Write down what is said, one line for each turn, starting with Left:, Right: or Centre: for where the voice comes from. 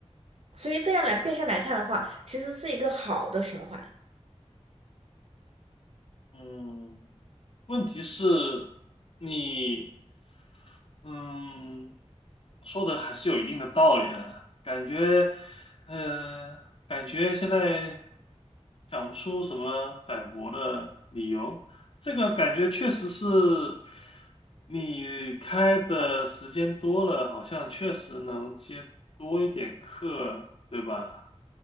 Right: 所以这样来变相来看的话，其实是一个好的循环。
Left: 嗯，问题是，你。嗯，说的还是有一定的道理啊，感觉，嗯、感觉现在想不出什么反驳的理由。这个感觉确实是，你开的时间多了，好像确实能接多一点课，对吧？